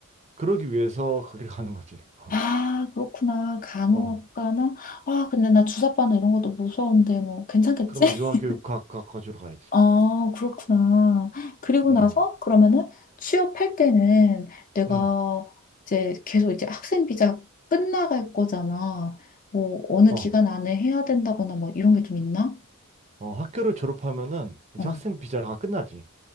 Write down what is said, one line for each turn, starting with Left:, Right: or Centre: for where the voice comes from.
Right: 그러기 위해서 거기를 가는 거지. <laughs>
Left: 아, 그렇구나. 간호학과나?
Right: 어, 어,
Left: 아, 근데 나 주사바나 이런 것도 무서운데 뭐 괜찮겠지?
Right: 그러면
Left: <laughs>
Right: 유아교육학과 가주러 가야지.
Left: 아, 그렇구나. 그리고
Right: 음.
Left: 나서 그러면은 취업할 때는 내가
Right: 응.
Left: 이제 계속 이제 학생 비자 끝나갈 거잖아. 뭐 어느
Right: 어,
Left: 기간 안에 해야 된다거나 뭐 이런 게 좀 있나?
Right: 어, 학교를 졸업하면은 이제
Left: 어,
Right: 학생 비자가 끝나지.